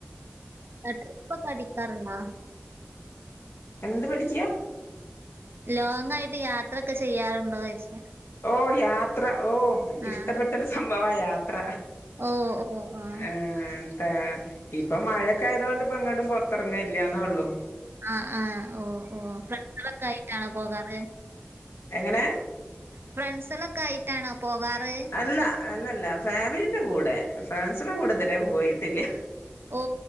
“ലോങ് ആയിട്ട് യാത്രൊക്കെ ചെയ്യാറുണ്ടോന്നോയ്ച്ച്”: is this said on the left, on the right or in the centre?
Right